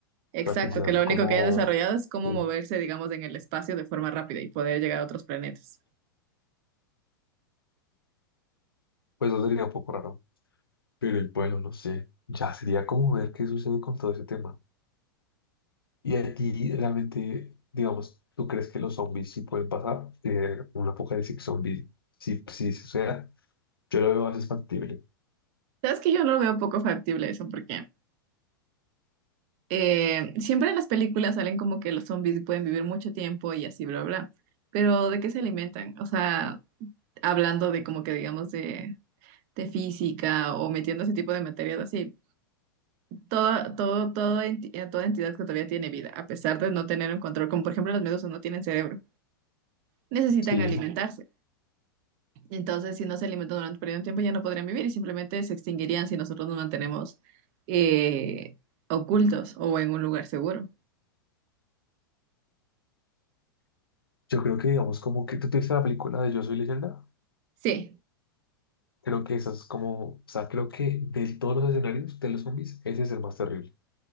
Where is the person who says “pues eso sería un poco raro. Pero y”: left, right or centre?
Left